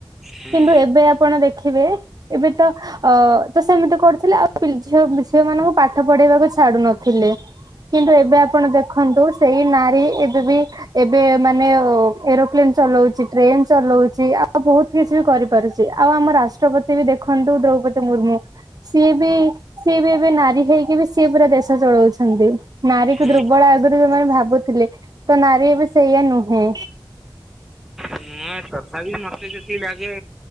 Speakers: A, in the centre; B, on the right.
A: ହୁଁ
B: କିନ୍ତୁ ଏବେ ଆପଣ ଦେଖିବେ ଏବେ ତ ଅ- ତ ସେମିତି କରୁଥିଲେ ଆଉ ପିଲ୍- ଝିଅ- ଝିଅ ମାନଙ୍କୁ ପାଠ ପଢେଇବାକୁ ଛ୍ ଥିଲେ କିନ୍ତୁ ଏବେ ଆପଣ ଦେଖ୍ ଖନ୍ତୁ ସେଇ ନାରୀ ଏବେ ବି ଏବେ ମାନେ ଏରୋପ୍ଲେନ୍ ଚଲଉଚି ଟ୍ରେନ ଚଲଉଚି ଆ ଆଉ ବହୁତ୍ କିଛି ବି କରିପାରୁଚି ଆଉ ଆମ ରାଷ୍ଟ୍ରପତି ବି ଦେଖନ୍ତୁ ଦ୍ରୌପଦୀ ମୁର୍ମୁ। ସିଏ ବି ସିଏ ବି ଏବେ ନାରୀ ହେଇକି ବି ସିଏ ପୁରା ଦେଶ ଚଳଉଛନ୍ତି ନାରୀକୁ
A: ହୁଁ
B: ଦୁର୍ବଳା ଯଉ ମାନେ ଭାବୁଥିଲେ ତ ନାରୀ ଏବେ ସେଇଆ ନୁହୁଁ।
A: ନୁଆ ତଥାପି ମତେ ସେତିକି ଲାଗେ